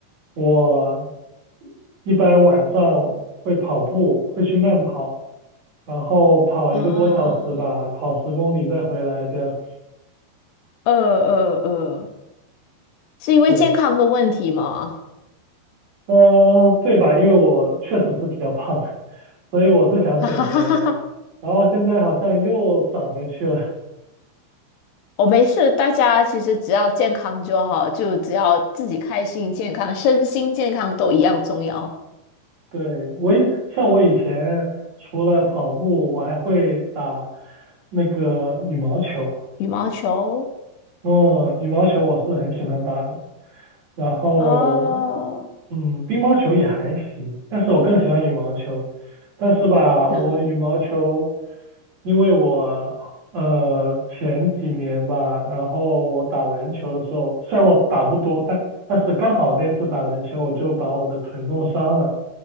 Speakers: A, on the right; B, on the left.
A: 我一般晚上会跑步，会去慢跑，然后跑一个多小时吧，
B: 啊，
A: 跑十公里再回来这样。
B: 呃呃呃，是因为健康的问题吗？
A: 对，呃，对吧？因为我确实是比较胖。<laughs> 所以我是想减肥的，
B: <laughs> 哈哈哈哈哈，
A: 然后现在好像又长回去了。
B: 我、没事，大家其实只要健康就好，就只要自己开心、健康、身心健康都一样重要。
A: <laughs> 对，我也，像我以前除了跑步，我还会打那个羽毛球。
B: 羽毛球，
A: 嗯，羽毛球我是很喜欢打的。然后，
B: 哦。
A: 嗯，乒乓球也还行，但是我更喜欢羽毛球。但是吧，
B: <laughs>
A: 我羽毛球，
B: 啊
A: 因为我呃前几年吧，然后我打篮球的时候，虽然我打不多，但但是刚好那次打篮球，我就把我的腿弄伤了，